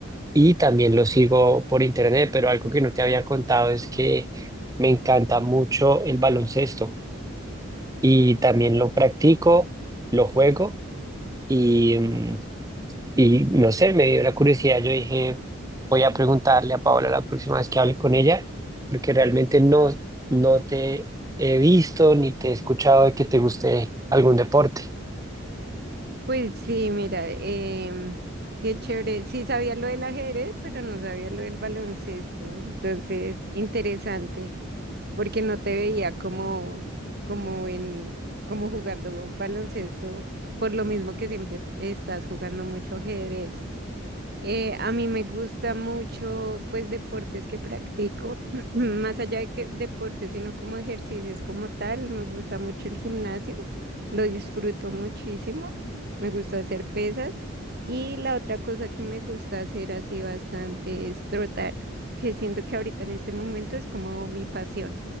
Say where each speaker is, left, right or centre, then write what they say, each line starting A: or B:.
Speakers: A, on the right; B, on the right.
A: y también lo sigo por internet, pero algo que no te había contado es que me encanta mucho el baloncesto. y también lo practico, lo juego y, mm, y no sé, me dio la curiosidad. Yo dije, voy a preguntarle a Paola la próxima vez que hable con ella, porque realmente no, no te he visto ni te he escuchado de que te guste algún deporte.
B: Pues sí, mira, em, qué chévere. Sí sabía lo del ajedrez, pero no sabía lo del baloncesto. Entonces, interesante, porque no te veía como, como en, como jugando baloncesto, por lo mismo que siempre estás jugando mucho ajedrez. Eh, a mí me gusta mucho, pues, deportes que practico, <clears throat> más allá de que deportes, sino como ejercicios como tal. Me gusta mucho el gimnasio, lo disfruto muchísimo. Me gusta hacer pesas. Y la otra cosa que me gusta hacer así bastante es trotar, que siento que ahorita en este momento es como mi pasión.